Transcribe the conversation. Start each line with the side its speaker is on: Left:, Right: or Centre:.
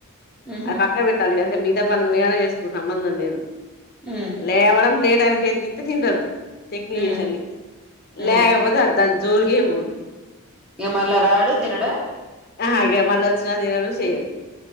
Centre: మ్హు
Left: అది పక్క పెట్టాలి అంతే మీ పెద్ద పని నువు ఏమైనా చేసుకో సంబంధం లేదు
Centre: మ్మ్
Left: లేవడం ప్లేట్ అన్ని చేతికి ఇత్తే తింటాడు
Centre: మ్మ్
Left: చేస అని
Centre: మ్మ్
Left: లేకపోతే అద్ద జోల్గే పోడు
Centre: ఏ మల్ల రాడు తినడు
Left: ఆహా మళ్ళ వచ్చిన తినడు చేయడు